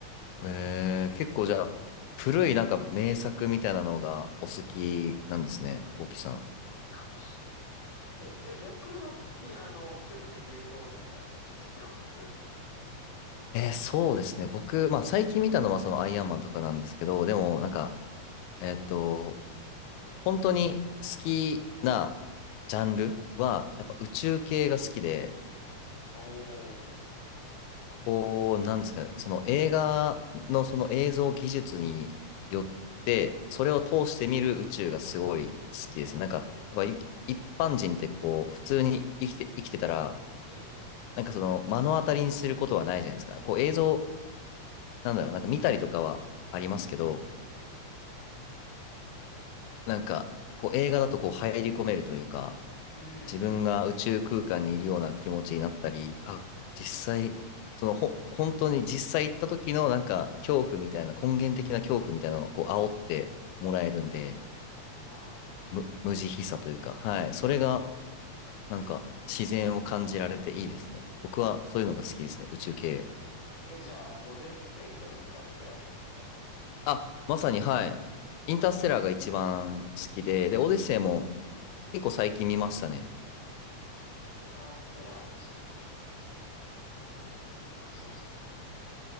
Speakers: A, on the left; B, on the left.
A: えー、結構じゃあ、古いなんか名作みたいなのがお好きなんですね、こうきさん。
B: かもしんない。え、じゃあ逆のに、あの、ジュンさんって系統とか、そういうお好きなのってどういうのですか
A: えー、そうですね。僕、まあ最近見たのはそのアイアンマンとかなんですけど、でもなんか、えっと、本当に好きなジャンルは、
B: うんうん
A: やっぱ宇宙系が好きで、
B: おー、
A: こう、なんですかね、その映画のその映像技術によって、それを通して見る宇宙がすごい好きですね。
B: え、
A: なんか、やっぱい一般人ってこう、普通に生きて、生きてたら、
B: え、
A: なんかその目の当たりにすることはないじゃないですか。こう映像、なんだろう、なんか見たりとかはありますけど、
B: え、え、
A: なんか、こう映画だとこう入り込めるというか、
B: うん、
A: 自分が宇宙空間にいるような気持ちになったり、あ、実際、そのほ、本当に実際行った時のなんか恐怖みたいな、根源的な恐怖みたいなのをこう煽ってもらえるんで、
B: え、あ、
A: む、無慈悲さというか、
B: いいです。
A: はい、それがなんか自然を感じられていいですね。僕はそういうのが好きですね、宇宙系。
B: え、じゃあ、オデッセイとかインターステラーとかですか
A: あ、まさにはい、インターステラーが一番好きで、で、オデッセイも結構最近見ましたね。
B: あ、インターステラー、確かに、とも、ゆう絶賛してました、インターステラーも。